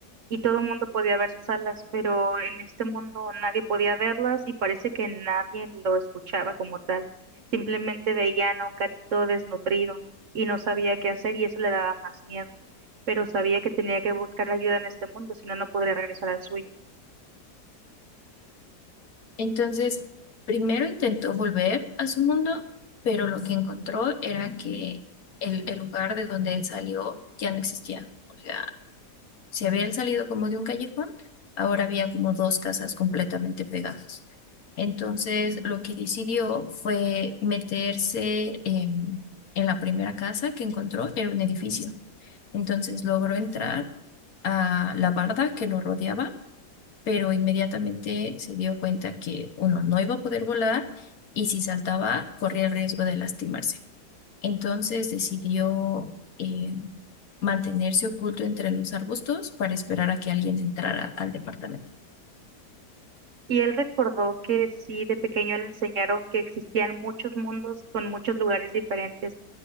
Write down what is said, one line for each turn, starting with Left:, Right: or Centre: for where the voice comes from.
Right: y todo el mundo podía ver sus alas, pero en este mundo nadie podía verlas y parece que nadie lo escuchaba como tal. Simplemente veían a un gatito desnutrido y no sabía qué hacer y eso le daba más miedo. Pero sabía que tenía que buscar ayuda en este mundo, si no, no podría regresar al suyo.
Left: Entonces, primero intentó volver a su mundo, pero lo que encontró era que el, el lugar de donde él salió ya no existía. O sea, Si habían salido como de un callejón, ahora había como dos casas completamente pegadas. Entonces, lo que decidió fue meterse em, en la primera casa que encontró, era un edificio. Entonces, logró entrar a la barda que lo rodeaba, pero inmediatamente se dio cuenta que, uno, no iba a poder volar y si saltaba, corría el riesgo de lastimarse. Entonces decidió eh, mantenerse oculto entre los arbustos para esperar a que alguien entrara al departamento.
Right: Y él recordó que sí, de pequeño le enseñaron que existían muchos mundos con muchos lugares diferentes